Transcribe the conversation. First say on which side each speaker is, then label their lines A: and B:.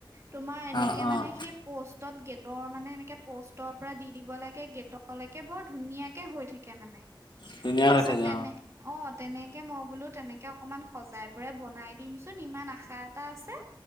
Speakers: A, on the right; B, on the left.
A: তোমাৰ এনেকে
B: অ', অ',
A: মানে সেই পোষ্টত গে ৰ মানে এনেকে প'ষ্টৰ পৰা দি দিব লাগে গেটলৈকে বৰ ধুনীয়াাকে হৈ থাকে মানে।
B: ধুনীয়া
A: তাৰপিছত,
B: হৈ থাকে
A: তেনে
B: অ',
A: অ' তেনেকে মই বোলো তেনেকে অকনমান সজাই পৰাই বনাই দিম চোন ইমান আশা এটা আছে।